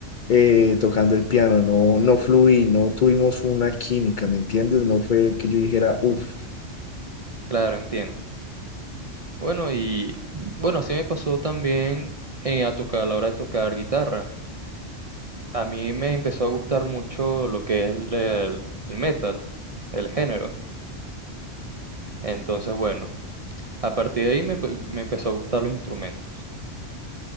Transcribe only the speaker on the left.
eh, tocando el piano, no, no fluí, no tuvimos una química, ¿me entiendes? No fue que yo dijera, uff.